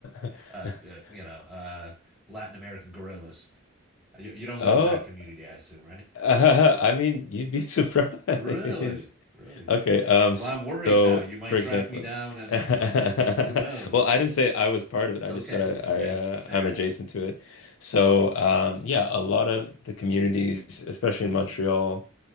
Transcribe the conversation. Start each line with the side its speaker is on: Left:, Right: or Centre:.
Left: <laughs>
Centre: uh, uh, you know, uh, Latin American guerrillas. You, you don't
Left: Oh,
Centre: live in that community, I assume, right?
Left: <laughs> I mean, you'd be surprised. <laughs>
Centre: Really? Really?
Left: Okay, um
Centre: Well,
Left: s-
Centre: I'm worried
Left: so
Centre: now. You might
Left: for example,
Centre: track me down
Left: <laughs>
Centre: and,
Left: well,
Centre: you know, who knows?
Left: I didn't say I was part of it. I
Centre: Okay,
Left: just said I,
Centre: okay.
Left: I uh,
Centre: Fair
Left: I'm
Centre: enough.
Left: adjacent to it. So, um yeah, a lot of the communities, especially in Montreal